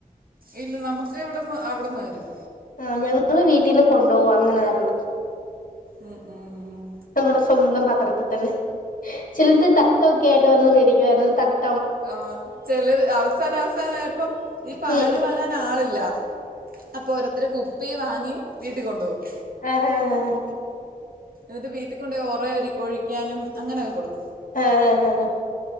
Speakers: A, on the right; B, on the left.
A: ഇല്ല നമക്ക് ഇവിടുന്ന് അവിട്ന്ന് തരും
B: ആ ഞങ്ങള് വീട്ടീന്ന് കൊണ്ടോവും അങ്ങനെ ആയിരുന്നു
A: ഉം ഉം
B: നമ്മുടെ സ്വന്തം പത്രത്തിൽ തന്നെ ചിലത് തട്ടൊക്കെ ആയിട്ട് വന്ന് മേടിക്കുവായിരുന്നു ത
A: ആ ചിലര് അവസാന അവസാന ആയപ്പം ഈ പാല്
B: ഉം
A: വാങ്ങാൻ ആളില്ല അപ്പൊ ഓരോര്ത്തര് കുപ്പി വാങ്ങി വീട്ടി കൊണ്ടോവും
B: ആഹ് ആഹ് ആഹ്
A: എന്നിട്ട് വീട്ടിൽ കൊണ്ടോയി ഒറെ ഒഴിക്കാനും അങ്ങനെയൊക്കെ കൊടുക്കും
B: ഏ ഹ് ഹ് ഹ്